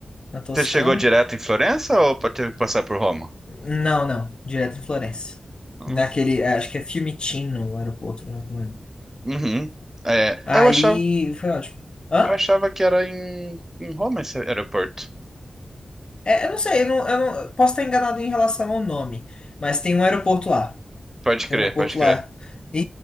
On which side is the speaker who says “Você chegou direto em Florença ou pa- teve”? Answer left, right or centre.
Right